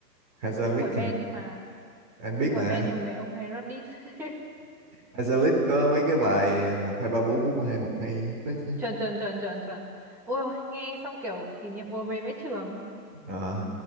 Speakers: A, on the right; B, in the centre.
A: Hazalic
B: không phải Ben
A: hả?
B: nhưng mà
A: anh biết
B: không
A: mà
B: phải Ben nhưng mà mấy ông hay rap diss. <laughs>
A: Hazalic có mấy cái bài một hai ba bốn bốn mươi hai một hay phết chứ
B: chuẩn chuẩn chuẩn chuẩn chuẩn ôi ôi, nghe xong kiểu kỷ niệm ùa về vẽ trường
A: Ờ,